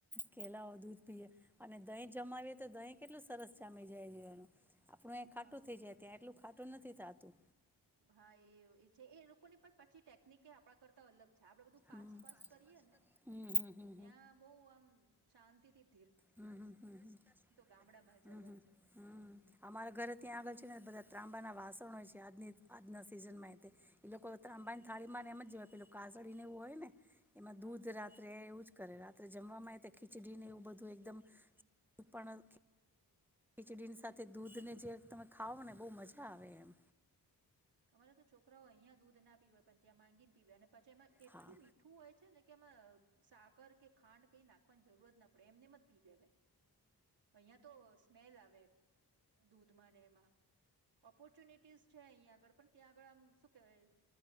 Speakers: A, in the centre; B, on the right.
A: કે લાઓ દૂધ પીએ અને દહી જમાવીએ તો દહીં કેટલું સરસ જામી જાય છે એને આપણું એ
B: હા
A: ખાટું જે ત્યાં એટલું ખાટું નથી થાતું.
B: હા એ એ છે એલોકોની પણ પછી ટેકનિક એ આપડા કરતા અલગ છા આપડે બધું ફાસ્ટ
A: હમ
B: ફાસ્ટ કરીએ ને
A: હમ હમ હમ હમ હમ હમ
B: ત્યાં બહુ આમ શાંતિ તી
A: હમ્મ, હમ્મ, હમ્મ, હમ્મ.
B: ગામડામાં જવાય
A: હમ્મ, હમ્મ, હમ્મ. અમારા ઘરે ત્યાં આગળ છે ને બધા ત્રાંબાનાં વાસણ હોય છે આજની આજના સિઝનમાં એ લોકો ત્રાંબાની થાળીમાં ને એમ જવાય પેલું કાસળને એવું હોય ને એમાં
B: હા
A: દૂધ રાત્રે એવું જ કરે રાત્રે જમવા ય ખીચડી ને એવું બ ધું એકદમ પણ ખીચડી સાથે દૂધ ને જે તમે ખાવ ને બહુ મજા આવે એમ.
B: અમારા તો છોકરાઓ અહીંયા દૂધ ના પીવાય પણ ત્યાં માંગીને પીવે એને પછી એમાં એટલું
A: હા
B: મીઠું હોય છે ને કેમ અહ સાકર કે ખાંડ કઈ નાખવાની જરૂરત ન પડે એમને જ પી લેવાય અહિયાં તો સ્મેલ આવે દૂધમાં એમાં ઓપોર્ચ્યુનિટીસ છે અંયા આગળ પણ ત્યાં આગળ આમ શું કહેવાય